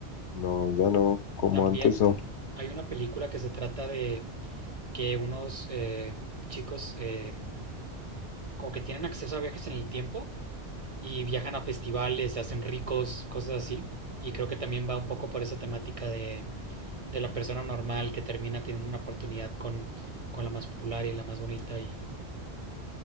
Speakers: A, on the left; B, on the right.
A: No, ya no, como
B: También
A: antes no.
B: hay una película que se trata de que unos eh, chicos eh, como que tienen acceso a viajes en el tiempo y viajan a festivales, se hacen ricos, cosas así. Y creo que también va un poco por esa temática de, de la persona normal que termina teniendo una oportunidad con, con la más popular y la más bonita. Y...